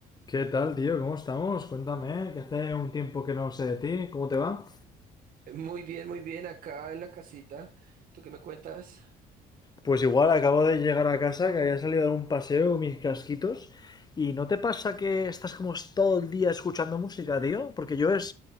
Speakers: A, on the left (about 25°); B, on the right (about 55°).
A: ¿Qué tal, tío? ¿Cómo estamos? Cuéntame, que hace un tiempo que no sé de ti, ¿cómo te va?
B: Muy bien, muy bien, acá en la casita. ¿Tú qué me cuentas?
A: Pues igual acabo de llegar a casa, que había salido a dar un paseo con mis casquitos. ¿Y no te pasa que estás como todo el día escuchando música, tío? Porque yo es